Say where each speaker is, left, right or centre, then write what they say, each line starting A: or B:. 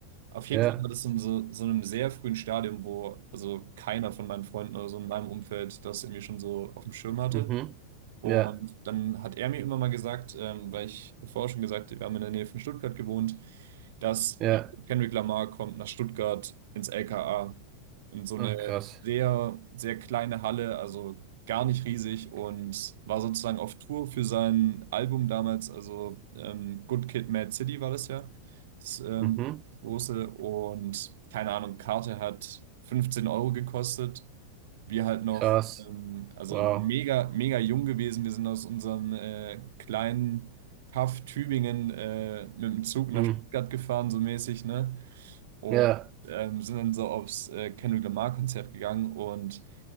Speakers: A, on the right (about 55°); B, on the right (about 35°).
A: Auf
B: ja,
A: jeden Fall war das in so, so einem sehr frühen Stadium, wo also keiner von meinen Freunden oder so in meinem Umfeld das irgendwie schon so auf dem Schirm hatte.
B: mhm.
A: Und
B: Ja,
A: dann hat er mir immer mal gesagt, ähm, weil ich vorher schon gesagt, wir haben in der Nähe von Stuttgart gewohnt, dass
B: ja.
A: Kendrick Lamar kommt nach Stuttgart ins LKA in so eine
B: Ach, krass.
A: sehr, sehr kleine Halle, also gar nicht riesig und war sozusagen auf Tour für sein Album damals, also ähm, Good Kid, Mad City war das ja, das ähm,
B: Mhm.
A: große und keine Ahnung, Karte hat 15 Euro gekostet wir halt noch,
B: Krass.
A: ähm, also
B: Wow.
A: mega, mega jung gewesen. Wir sind aus unserem äh, kleinen Kaff Tübingen äh, mit dem Zug nach
B: Mhm.
A: Stuttgart gefahren, so mäßig, ne? Und
B: Ja,
A: ähm, sind dann so aufs äh, Kendrick Lamar-Konzert gegangen und